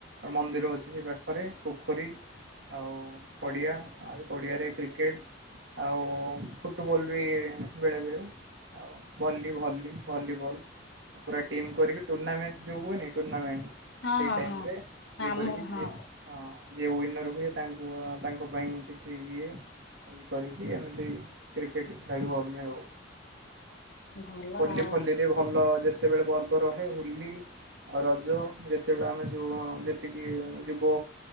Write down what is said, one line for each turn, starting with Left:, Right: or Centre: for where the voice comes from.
Right: ମନ୍ଦିର ଅଛି ସେ ପାଖରେ ପୋ ପୋଖରୀ ଆଉ ପଡ଼ିଆ ଆ ପଡ଼ିଆରେ କ୍ରିକେଟ୍। ଆଉ ଫୁଟବଲ ବି ବେଳେ ବେଳେ। ଆଉ ଭଲି ଭଲି ଭଲିବଲ। ଆ ପୁରା ଟିମ୍ କରିକି ଟୁର୍ଣ୍ଣାମେଣ୍ଟ ଯୋଉ ହୁଏନି ଟୁର୍ଣ୍ଣାମେଣ୍ଟ।
Left: ହଁ
Right: ସେଇ
Left: ହଁ
Right: ଟାଇମ
Left: ହଁ
Right: ରେ ଇଏ
Left: ଆମ
Right: କରିବି ଯିଏ।
Left: ହଁ
Right: ହଁ ଯିଏ <unintelligible> ର ହୁଏ ତାଙ୍କୁ ତାଙ୍କ ପାଇଁ କିଛି ଇଏ। କରିକି ଏମତି କ୍ରିକେଟ ଖେଳୁ ଆମେ ଆଉ।
Left: ଭଲ
Right: ହୋଲି
Left: ଆଉ
Right: ଫୋଲିରେ ଭଲ ଯେତେବେଳେ ପର୍ବ ରହେ ହୋଲି। ଆଉ ରଜ ଯେତେବେଳେ ଆମେ ସୁ ଯେତିକି ଯୁବ